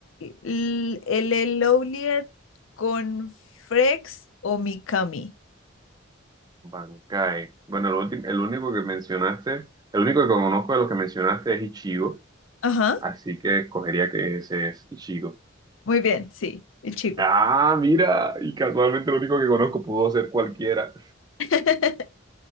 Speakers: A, on the left; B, on the right.
A: L- LL Lowliet, con Frex o Mikami.
B: Bankai. Bueno, el, ulti- el único que mencionaste, el único que conozco de los que mencionaste es Ichigo,
A: Ajá,
B: así que escogería que ese es Ichigo.
A: muy bien, sí, Ichigo.
B: Ah, mira, y casualmente lo único que conozco pudo ser cualquiera.
A: <laughs>